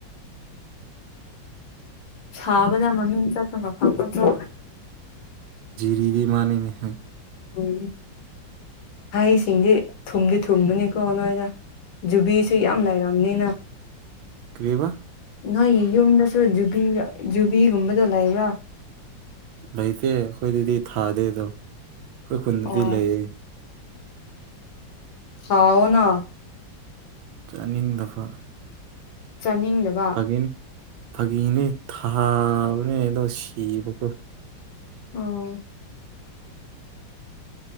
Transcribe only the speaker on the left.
ꯁꯥꯕꯗ ꯃꯃꯤꯡ ꯆꯠꯇꯨꯅ ꯐꯥꯎꯀꯠꯇ꯭ꯔꯣ
ꯎꯝ ꯍꯩꯁꯤꯡꯗꯤ ꯊꯨꯝꯗꯤ ꯊꯨꯝꯕꯅꯤꯀꯣ ꯅꯣꯏꯗ ꯖꯨꯕꯤꯁꯨ ꯌꯥꯝ ꯂꯩꯔꯝꯅꯤꯅ
ꯅꯣꯏꯒꯤ ꯌꯨꯝꯗꯁꯨ ꯨꯕꯤꯒ ꯖꯨꯕꯤꯒꯨꯝꯕꯗꯣ ꯂꯩꯕ꯭ꯔꯥ
ꯑꯣ
ꯍꯥꯎꯅ
ꯆꯥꯅꯤꯡꯗꯕ
ꯎꯝ